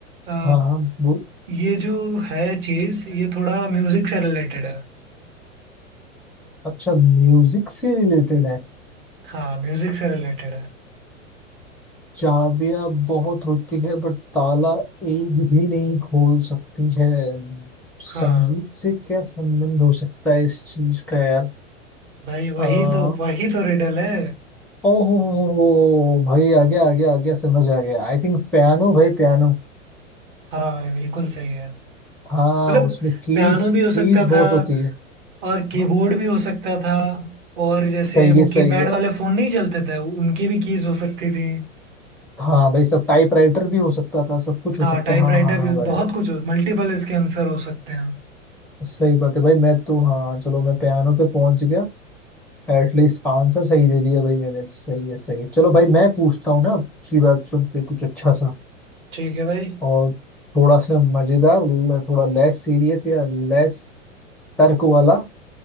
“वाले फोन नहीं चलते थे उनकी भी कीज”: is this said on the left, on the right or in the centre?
Right